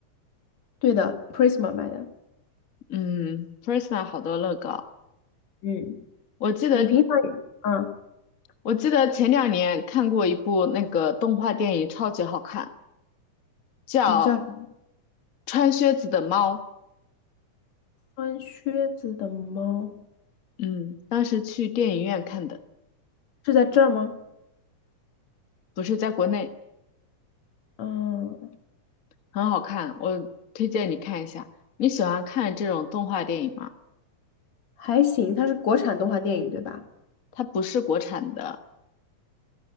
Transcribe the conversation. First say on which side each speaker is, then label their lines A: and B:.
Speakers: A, on the left (about 60°); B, on the left (about 45°).
A: 对的，Prisma 买的，
B: 嗯，Prisma 好多乐高。
A: 嗯，
B: 我记得，
A: 你平常也嗯，
B: 我记得前两年看过一部那个动画电影，超级好看，叫
A: 你叫啥？
B: 《穿靴子的猫》。
A: 穿靴子的猫
B: 嗯，当时去电影院看的，
A: 是在这儿吗？
B: 不是在国内，
A: 嗯，
B: 很好看。我推荐你看一下。你喜欢看这种动画电影吗？
A: 还行，它是国产动画电影对吧？
B: 它不是国产的，